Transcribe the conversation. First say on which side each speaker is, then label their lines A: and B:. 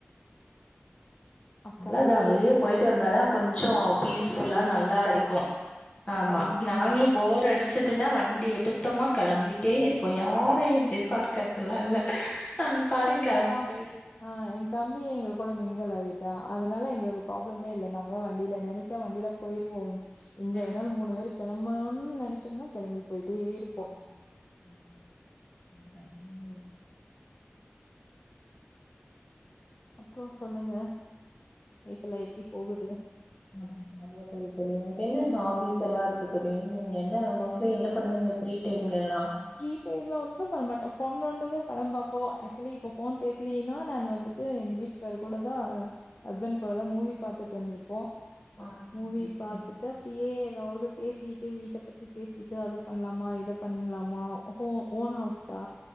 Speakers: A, on the left; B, on the left.
A: அப்புறோ
B: நல்லதுதா
A: அப்படியே
B: வெளியே போயிட்டு வந்தாதா கொஞ்சோ பீஸ்ஃபுல்லா
A: கொஞ்சோ ரிலாக்ஸா
B: நல்லா இருக்கு ஆமா
A: கண்டிப்பா
B: நாங்களு போர் அடி ச்சதுன்னா வண்டி எடுத்தமா கெளம்பிட்டே இருப்போ யாரை எதிர்பார்க்கதலா இல்ல நாங்க பாட்டுக்கு
A: எங்க
B: கெளம்பி
A: கா
B: போயிருவோ.
A: அ எங் தம்பி எங்க கூட மிங்குல் ஆயிட் டா அதனால எங்களுக்கு ப்ராப்ளமே இல்ல நாங்க வண்டியில நெனச்சா வண்டியில போயிருவோ எங்க
B: ம்.
A: வேணாலு மூணு பேர் கெளம்பணுன்னு நெனச்சோம்னா கெளம்பி போயிட்டே இருப்போ
B: <unintelligible>
A: அப்புற சொல்லுங்க லைஃபெல்லா எப்டி போகுது
B: ஆ நெயா போயி தோழி உங்களுக்கு என்ன ஹாபீஸ் எல்லா இருக்கு தோழி நீங்க என்ன மோஸ்ட்லி என்ன பண்ணுவீங்க ஃப்ரீ டைம்ல எல்லா
A: ஃப்ரீ டைம்ல ஒன்னும் பண்ணமாட்டே ஃபோன் நோண்டுவே படம் பாப்போ ஆக்சுவலி இப்ப ஃபோன் பேசலீன்னா நான் வந்து ட்டு எங்க வீட்டுக்காரரு கூட தா ஹஸ்பண்ட் கூடதா மூவி பாத்துட்டு இருந்துருப்போ
B: ம்.
A: மூவி பாத்துட் டு அப்டியே எதாவது பேசிட்டு வீட்ட பத்தி பேசிட்டு அது பண்ணலாமா இத பண் லாமா ஓ ஓன் ஹவுஸ்தா